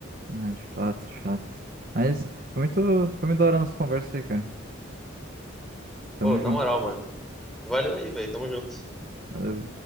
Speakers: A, on the right; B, in the centre.
A: Ah, de fato, de fato. Mas foi muito, foi muito da hora a nossa conversa aí, cara. Tamo
B: Pô, na
A: junto.
B: moral, mano. Valeu aí, velho. Tamo junto.
A: Valeu.